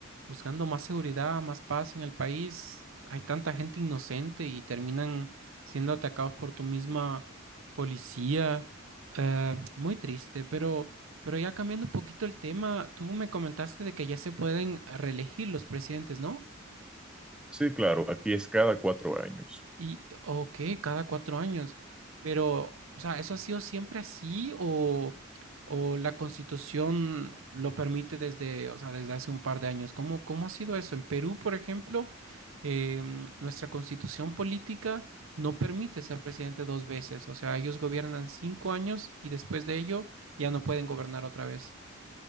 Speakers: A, on the right; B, in the centre.
A: buscando más seguridad, más paz en el país, hay tanta gente inocente y terminan siendo atacados por tu misma policía. Eh, muy triste, pero, pero ya cambiando un poquito el tema, tú me comentaste de que ya se pueden reelegir los presidentes, ¿no?
B: Sí, claro, aquí es cada cuatro años.
A: Y, ok, cada cuatro años. Pero, o sea, ¿eso ha sido siempre así o, o la Constitución lo permite desde, o sea, desde hace un par de años? ¿Cómo, cómo ha sido eso? En Perú, por ejemplo, em, nuestra Constitución política no permite ser presidente dos veces. O sea, ellos gobiernan cinco años y después de ello ya no pueden gobernar otra vez.